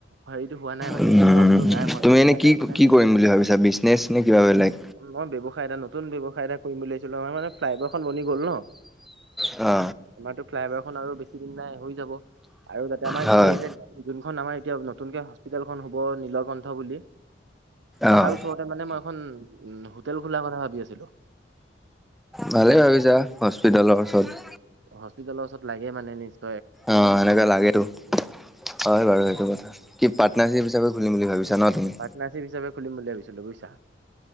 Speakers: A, on the right; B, in the centre.
A: হেৰিটো হোৱা নাই মানে
B: উম'
A: দমটো নাই হোৱাগে
B: তুমি
A: সেইকাৰণে
B: এনে কি-কি
A: মানে
B: কৰিম বুলি ভাবিছা? বিজনেচ নে কিবা বেলেগ?
A: মই ব্যৱসায়, এটা নতুন ব্যৱসায় এটা কৰিম বুলি ভাবিছিলোঁ, নহয় মানে ফ্লাইভাৰ খন বনি গ'ল ন
B: অ
A: আমাৰতো ফ্লাই অভাৰখন আৰু বেছি দিন নাই হৈ যাব। আৰু যাতে আমাৰ
B: হয়,
A: এই যে যোনখন আমাৰ এতিয়া নতুনকে হস্পিতেল খন হ'ব নীলকণ্ঠ বুলি
B: অ',
A: তাৰ ওচৰতে মানে মই এখন হোটেল খোলাৰ কথা ভাবি আছিলো।
B: ভালেই ভাবিছা হস্পিতেলৰ ওচৰত।
A: হস্পিিতালৰ ওচৰত লাগে মানে নিজে-
B: অ এনেকে লাগে ত- হয় বাৰু সেইটো কথা কি পাৰ্টনাৰশ্বিপ হিচাপে খুলিম বুলি ভাবিছা ন তুমি,
A: পাটনাৰশ্বিপ হিচাপে খুলিম বুলি ভাবিছিলো বুজিছা।